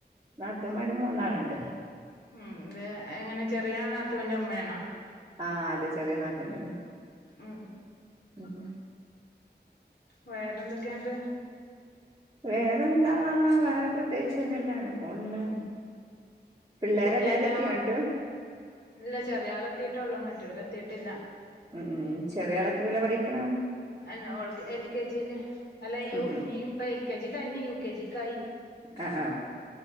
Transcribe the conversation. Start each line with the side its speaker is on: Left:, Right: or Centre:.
Right: നാത്തൂന്മാര് മൂന്നാളുണ്ട്
Left: ഉം ഇത് എങ്ങനെ ചെറിയ നാത്തൂന്റെ ഉമ്മയാണോ?
Right: ആഹ് അതെ ചെറിയ നാത്തൂന്റെ ഉമ്മയാ
Left: ഉം
Right: ഉം ഉം
Left: വേറെ എന്തൊക്കെയുണ്ട്
Right: വേറെന്താ വേറെ പ്രത്യേകിച്ച് ഒന്നുമില്ല അങ്ങനെ പോണുണ്ട് പിള്ളേരെല്ലാരും
Left: കുട്ടി എന്താ
Right: എത്തിയാണ്ട്
Left: ഇല്ല ചെറിയ ആള് എത്തീട്ടേയുള്ളൂ മറ്റോര് എത്തീ ട്ടില്ല
Right: ഉം ഉം ചെറിയാള് എത്രയിലാ പഠിക്കണ
Left: അയിന് ഓൾക്ക് എൽ കെ ജില് അല്ല യു
Right: ഉം ഉം
Left: ഇനിയിപ്പോ എൽ കെ ജി കഴിഞ്ഞ് യു കെ ജിക്കായി
Right: ആ ആ